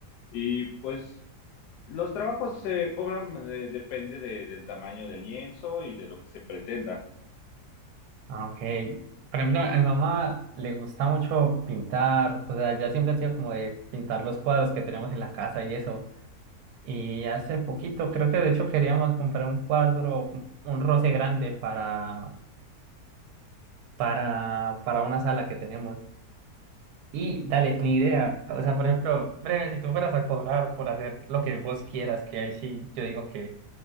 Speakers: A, on the left; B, on the right.
A: y pues los trabajos se cobran eh, depende de- del tamaño del lienzo y de lo que se pretenda.
B: Ah, ok. Por ejemplo, a mi mamá le gusta mucho pintar, o sea, ya siempre ha sido como de pintar los cuadros que tenemos en la casa y eso. Y hace poquito, creo que de hecho queríamos comprar un cuadro, un, un roce grande para, para, para una sala que tenemos. Y dale, ni idea. O sea, por ejemplo, breve, si tú fueras a cobrar por hacer lo que vos quieras, que ahí sí yo digo que,